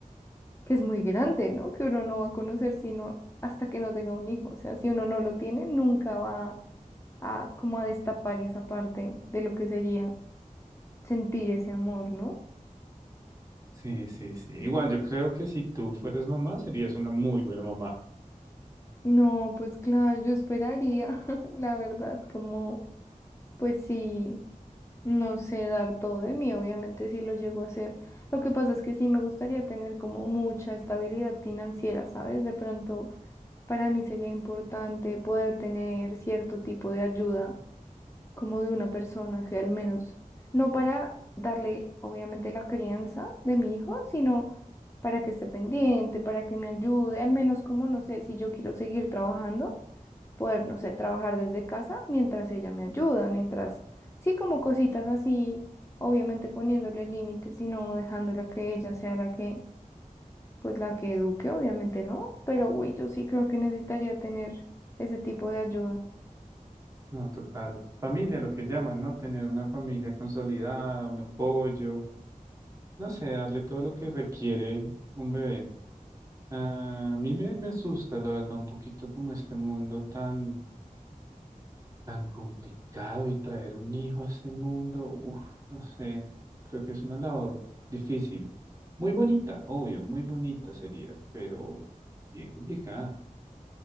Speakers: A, on the left; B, on the right.
A: que es muy grande, ¿no? Que uno no va a conocer sino hasta que no tenga un hijo. O sea, si uno no lo tiene, nunca va a como a destapar esa parte de lo que sería sentir ese amor, ¿no?
B: Sí, sí, sí. Igual yo creo que si tú fueras mamá, serías una muy buena mamá.
A: No, pues claro, yo esperaría, <laughs> la verdad, como, pues sí, no sé dar todo de mí, obviamente sí lo llego a hacer. Lo que pasa es que sí me gustaría tener como mucha estabilidad financiera, ¿sabes? De pronto para mí sería importante poder tener cierto tipo de ayuda como de una persona que al menos, no para darle obviamente la crianza de mi hijo, sino para que esté pendiente, para que me ayude, al menos como, no sé, si yo quiero seguir trabajando, poder, no sé, trabajar desde casa mientras ella me ayuda, mientras, sí, como cositas así, obviamente poniéndole límites y no dejándola que ella sea la que, pues la que eduque, obviamente no, pero uy, yo sí creo que necesitaría tener ese tipo de ayuda.
B: No, total. Familia, lo que llaman, ¿no? Tener una familia consolidada, un apoyo, no sé, darle todo lo que requiere un bebé. Ah, a mí me, me asusta, la verdad, un poquito como este mundo tan... tan complicado y traer un hijo a este mundo, uf, no sé, creo que es una labor difícil. Muy bonita, obvio, muy bonita sería, pero bien complicada.